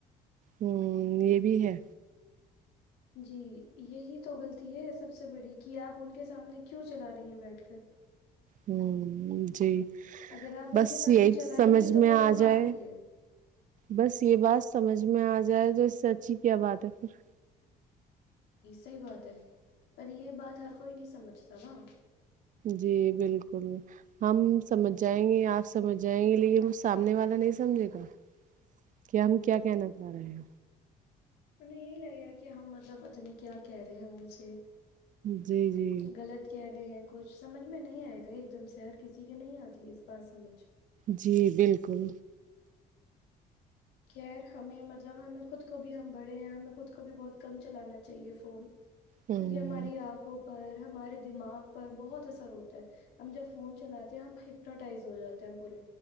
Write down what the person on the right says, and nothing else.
ہوں یہ بھی ہے
ہوں جی
بس
یہی
سمجھ
میں
آ
جائے
بس یہ بات سمجھ میں آ جائے تو سے سچی کیا بات ہے پھر
جی بالکل ہم سمجھ جائیں گے آپ سمجھ جائیں گے لیکن مھ سامنے والا نہیں سمجھے گا کیا ہم کیا کہنا چاہ رہے ہیں
جی جی
جی بالکل
ہ ہ